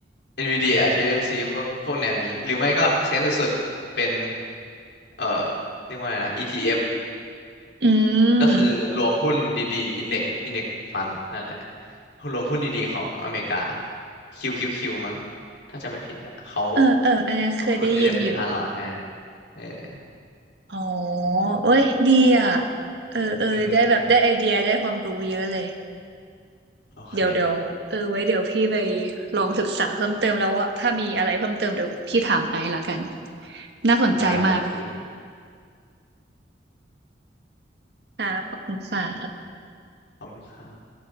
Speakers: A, on the left; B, on the right.
A: NVIDIA TSMC พวกพวกแนวนี้หรือไม่ก็เซฟสุดๆเป็นเอ่อเรียกว่าอะไรนะ ETF
B: อื
A: ก็คือรวมหุ้นดีๆ
B: ม
A: Index Index Fund นั่นแหละรวมหุ้นดีๆของอเมริกา QQQ มั้งถ้าจะไม่ผิดอะเขา
B: เออเอออันนั้นเคยได้ยินอยู่
A: ลงทุน s ร้อยให้เออ
B: อ๋อเอ้ยดีอ่ะเออเออได้แบบได้ไอเดียได้ความรู้เยอะเลย
A: อือฮึโอเค
B: เดี๋ยวเดี๋ยวเออไว้เดี๋ยวพี่ไปลองศึกษาเพิ่มเติมแล้วว่าถ้ามีอะไรเพิ่มเติมเดี๋ยวพี่ถามไอซ์ละกัน น่าสนใจมาก
A: ได้เลยพี่
B: ครับขอบคุณค่ะ
A: ขอบคุณครับ